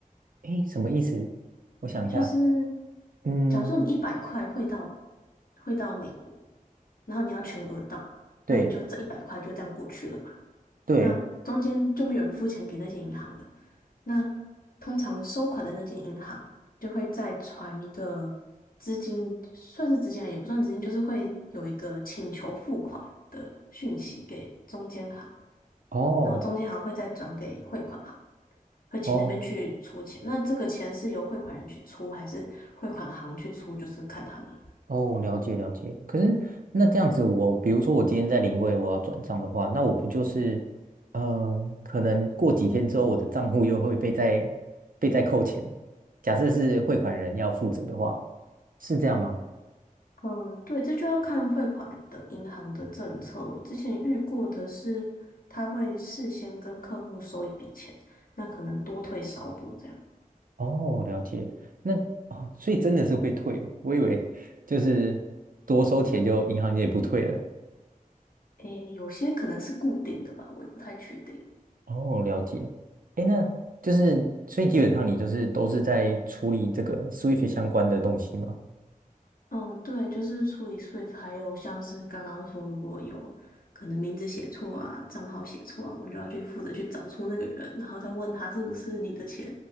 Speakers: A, on the right; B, on the left.
A: 哎，什么意思？我想一下，
B: 就是
A: 嗯，
B: 假如说你一百块汇到汇到美国，然后你要全额到，那你就这一百块就这样过去了。
A: 对对。
B: 那中间就没有人付钱给那些银行了。那通常收款的那间银行就会再传一个资金，算是资金啊，也不算资金，就是会有一个请求付款的讯息给中间行，
A: 哦，
B: 然后中间行会再转给汇款行，会请那边去出钱。
A: 哦
B: 那这个钱是由汇款人去出，还是汇款行去出，就是看他们。
A: 哦，了解了解。可是那这样子我，比如说我今天在临柜我要转账的话，那我不就是，嗯，可能过几天之后我的账户又会被再被再扣钱。假设是汇款人要负责的话，是这样吗？
B: 嗯，对，这就要看汇款的银行的政策。我之前遇过的是，他会事先跟客户收一笔钱，那可能多退少补这样。
A: 哦，了解。那哦，所以真的是会退哦。我以为就是多收钱就银行也不退了。
B: 诶，有些可能是固定的吧，我也不太确定。
A: 哦，了解。哎，那就是所以基本上你就是都是在处理这个 Swift 相关的东西吗？
B: 嗯，对，就是处理 Swift，还有像是刚刚说，如果有可能名字写错啊、账号写错啊，我们就要去负责去找出那个人，然后再问他是不是你的钱，